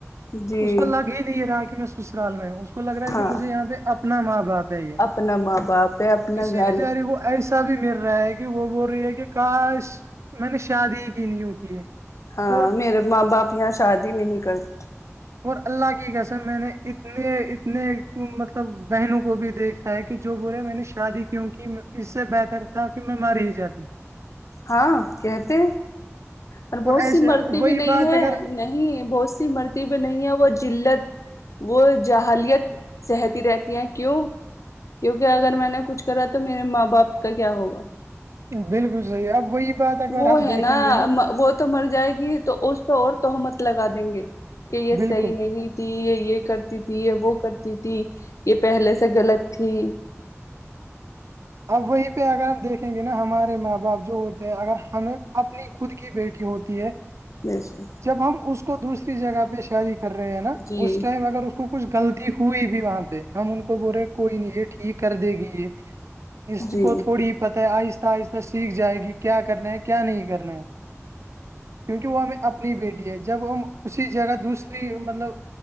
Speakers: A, on the left; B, on the right.
A: جی
B: اس کو لگ ہی یہ رہا کہ میں سسرال میں ہوں اس کو لگ رہا ہے
A: ہاں
B: کہ مھے یہاں پہ اپنا ماں باپ چاہے
A: اپنا ماں باپ ہے اپنا
B: کسی
A: گھر
B: بچاریے کو ایسا بھی مل رہا ہے کہ وہ بول رہی ہے کہ کاش میں نے شادی کی نہیں ہوتی ہے
A: ہاں
B: اور
A: میرے ماں باپ یہاں شادی نہیں کرتے
B: اور اللہ کی کیسر میں نے اتنے اتنے مطلب بہنوں کو بھی دیکھا کہ جو بولے میں نے شادی کیوںک اس سے بہتر تھا کہ میں ماری ہی جاتی
A: ہاں کہتے اور بہت سی
B: ایسے
A: مرتی
B: وہی
A: بھی نہیں
B: بات
A: ہے
B: اگر
A: نہیں بہت سی مرتی بھی نہیں ہے وہ جلت وہ جاہلیت سہتی رہتی ہیں کیوں کیوںکہ اگر میں نے کچھ کرا تو میرے ماں باپ کا کیا ہوگا
B: بالکل صحیح اب وہی بات ا
A: وہ
B: بار ہم
A: ہے
B: دیکھیں گے نا
A: وہ تو مر جائے گی تو اس پہ اور توہمت لگا دیں گے کہ یہ
B: بالکل
A: صحیح نہیں ت یہ یہ کرتی تھی یہ وہ کرتی تھی یہ پہلے سے غلط تھی
B: اب وہیں پہ اگر ہم دیکھیں گے نا ہمارے ماں باپ بپ جو ہوتے ہیں اگر ہمیں اپنی خود کی بیٹی ہوتی ہے
A: بییسے
B: جب ہم اس کو دوسری جگہ پہ شادی کر رہے ہیں نا
A: جی
B: اس ٹائم اگر اس کو کچھ غلطی ہوئی بھی وہاں پہ ہم ان کو بول رہے کوئی نہیں یہ ٹھیک کر دے گی یہ اس
A: جی
B: کو تھوڑی ہی پتہ ہے آہستہ آہستہ سیکھ جائے گی کیا کرنا ہے کیا نہیں کرنا ہے کیونکہ وہ ہمیں اپنی بیٹی ہے جب وہ اسی جگہ دوسری مطلب